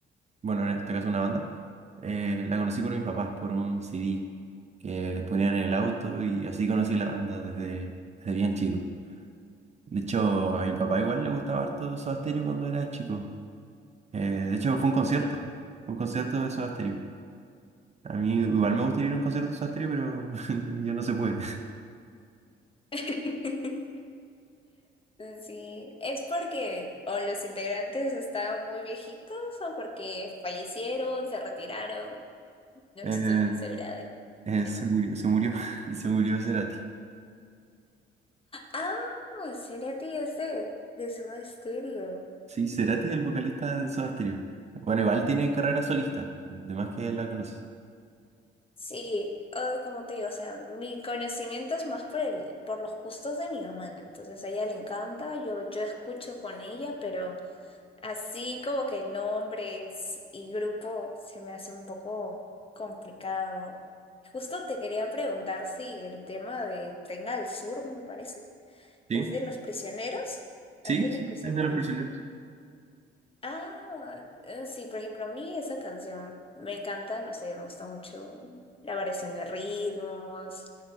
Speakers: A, on the right; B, on the left.
A: bueno, en este caso una banda, eh, la conocí por mis papás, por un CD que le ponían en el auto y así conocí la banda desde, desde bien chico. De hecho, a mi papá igual le gustaba harto Soda Stereo cuando era chico. Eh, de hecho, fue un concierto,
B: Ujú.
A: un concierto de Soda Stereo. A mí igual me gustaría ir a un concierto de Soda Stereo, pero <laughs> yo no se puede. <laughs>
B: <laughs> Sí, ¿es porque o los integrantes estaban muy viejitos o porque fallecieron, se retiraron? No
A: Eh,
B: estoy muy segura del
A: eh,
B: tema.
A: se murió, se murió, <laughs> se murió Cerati.
B: Ah, Cerati es de, de Soda Stereo.
A: Sí, Cerati, el vocalista de Soda Stereo. Bueno, igual tiene carrera solista, de más que la conoces.
B: Sí, o- como te digo, o sea, mi conocimiento es más por el, por los gustos de mi mamá, ¿no? Entonces a ella le encanta, yo, yo escucho con ella, pero así como que nombres y grupo se me hace un poco complicado. Justo te quería preguntar si el tema de Tren al Sur, me parece,
A: Sí,
B: es de los prisioneros, es
A: sí,
B: de
A: sí,
B: los prisioneros.
A: es de Los Prisioneros.
B: Ah, eh, sí, por ejemplo, a mí esa canción me encanta, no sé, me gusta mucho la variación de ritmos,